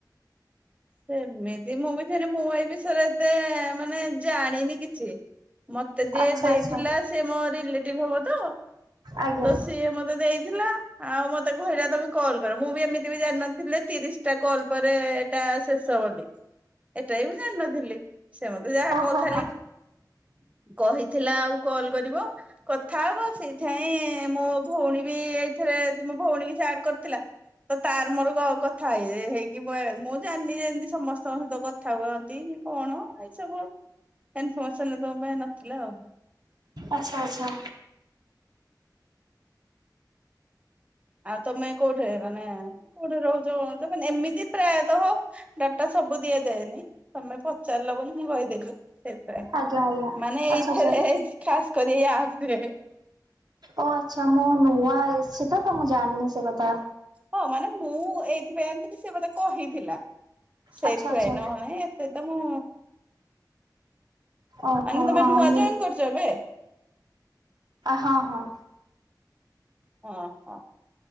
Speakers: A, on the right; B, on the right.
A: ସେମିତି ମୁଁ ବିି ମୁଁ ଏଇ ବିଷୟରେ ଏତେ ମାନେ ଜାଣିନି କିଛି। ମତେ ଯିଏ
B: ଆଚ୍ଛା
A: ଦେଇଥିଲା
B: ଆଚ୍ଛା
A: ସିଏ ମୋ ରିଲେଟିଭ ହବ ତ,
B: ଆଜ୍ଞା।
A: ତ ସିଏ ମତେ ଦେଇ ଥିଲା, ଆଉ ମତେ କହିଲା ତମେ କଲ କର ମୁଁ ବି ଏମିତି ବି ଜାଣିନଥିଲି ତିରିଶ ଟା କଲ ପରେ ଏଟା ସେ ସ ବୋଲି ଏଟା ବି ଜାଣିନଥିଲି ସେ ମତେ ଯାହା
B: ଓହୋ
A: କହୁ ଖାଲି
B: ହୋ
A: କହିଥିଲା ଆଉ କଲ କରିବ? କଥା ହବ ସେଇଥିାଇଁ ମୋ ଭଉଣୀ ବି ଏଇଥିରେ ମୋ ଭଉଣୀ କି ଆଡ କରିଥିଲା। ତ ତାର ମୋର କଥାହେଇ ହେଇକି ପଳେଆ ମୁଁ ଜାଣିନି ଯେ ଏମିତି ସମସ୍ତଙ୍କ ସହିତ କଥା ହୁଅନ୍ତି କି କଣ ଏଇ ସବୁ ସେ ଇନଫର୍ମେସନ ତମ ପାଇଁ ନଥିଲା ଆଉ।
B: ଆଚ୍ଛା ଆଚ୍ଛା।
A: ଆଉ ତମେ କୋଉଠି ମାନେ କୋଉଠି ରହୁଛ କଣ ତ ମାନେ ଏମିତି ପ୍ରାୟତଃ ଡାଟା ସବୁ ଦିଆଯାଏନି ତମେ ପଚାରିଲ ବୋଲି ମୁଁ କହିଦେଲି। ସେଇଥିପାଇଁ,
B: ଆଜ୍ଞା ଆଜ୍ଞା
A: ମାନେ
B: ଆଚ୍ଛା
A: ଏଇଥିରେ
B: ଆଚ୍ଛା।
A: ଖାସ କରି ଏଇ ଆପରେ।
B: ଓ ଆଚ୍ଛା ମୁଁ ନୂଆ ଏସିଛି ତ ତ ମୁଁ ଜାଣିନି ସେ କଥା।
A: ହଁ ମାନେ ମୁଁ ଏଇଥିପାଇଁ ଆଣିଥିଲି ସେ ମତେ କହିଥିଲା ସେଇଥିପାଇଁ
B: ଆଚ୍ଛା ଆଚ୍ଛା
A: ନହ ଏ ସେ ତ ମୁଁ
B: ଓହୋ
A: ମାନେ ତମେ
B: ହଁ
A: ନୂଆ
B: ମୁଁ
A: ଜଏନ କରିଚ ଏବେ?
B: ହଁ ହଁ।
A: ଅଁ ହ।